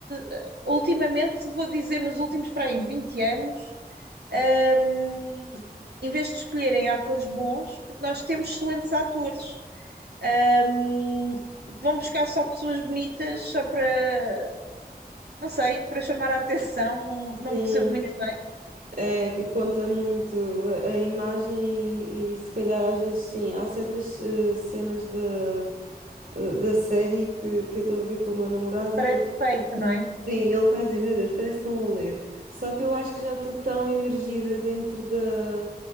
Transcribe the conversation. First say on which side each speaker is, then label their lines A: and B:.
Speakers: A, on the right; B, on the right.
A: ah, ultimamente, vou dizer nos últimos para aí 20 anos. Ahm, em vez de escolherem atores bons, porque nós temos excelentes atores. Ahm, vão buscar só pessoas bonitas, só para, não sei, para chamar a atenção. Não, não
B: Sim.
A: percebo muito. bem.
B: É, que conta muito a a imagem e, e se calhar às vezes sim, há certas eh, cenas da, eh, da série que, que eu estou a ver com o meu namorado
A: Parece
B: e ele,
A: fake, não é?
B: sim, ele está a dizer, meu Deus, parece que estão a ler. Só que eu acho que já estou tão imergida dentro da,